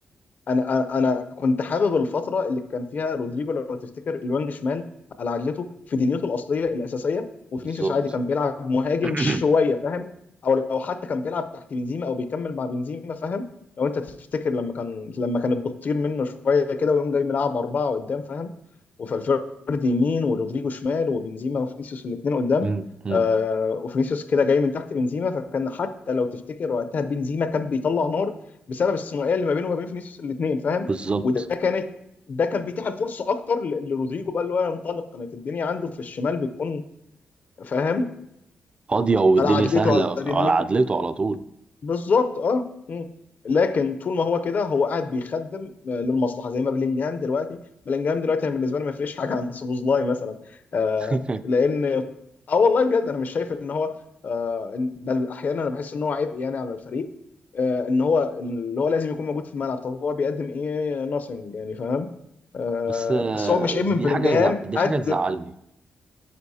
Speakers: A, on the left; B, on the right.
A: انا انا أنا كنت حابب الفتره اللي كان فيها رودريجو لو تفتكر الوينج شمال على عدلته في دنيته الاصليه الاساسيه وفينيسيوس
B: بالظبط
A: عادي كان بيلعب مهاجم
B: <clears throat>
A: شويه فاهم او لو حتى كان بيلعب تحت بنزيما او بيكمل مع بنزيما فاهم لو انت تفتكر لما كان لما كانت بتطير منه شويه كده ويقوم جاي ملعب اربعه قدام فاهم وفالفيردي يمين ورودريجو شمال وبنزيما وفينيسيوس الاثنين قدام
B: امم أمم،
A: آه وفينيسيوس كده جاي من تحت بنزيما فكان حتى لو تفتكر وقتها بنزيما كان بيطلع نار بسبب الثنائيه اللي ما بينه وما بين فينيسيوس الاثنين فاهم
B: بالظبط
A: وده كانت ده كان بيتيح الفرصه اكتر ل- لرودريجو بقى اللي هو ينطلق كانت الدنيا عنده في الشمال بتكون فاهم
B: <clears throat> فاضيه والدنيا
A: على عدلته
B: سهله
A: على دنيته
B: على عدلته على طول
A: بالظبط اه مم. لكن طول ما هو كده هو قاعد بيخدم آه، للمصلحه زي ما بلينجهام دلوقتي بلينجهام دلوقتي انا بالنسبه لي ما يفرقش حاجه عن سوبوزلاي مثلا آه
B: <laughs>
A: لان اه والله بجد انا مش شايف ان هو آه إن- بل احيانا انا بحس ان هو عبء يعني على الفريق آه ان هو اللي هو لازم يكون موجود في الملعب طب هو بيقدم ايه ناثينج يعني فاهم آه
B: بس آه،
A: بس هو مش عيب
B: دي
A: من بلينجهام
B: حاجة زع... دي
A: قد
B: حاجة تزعلني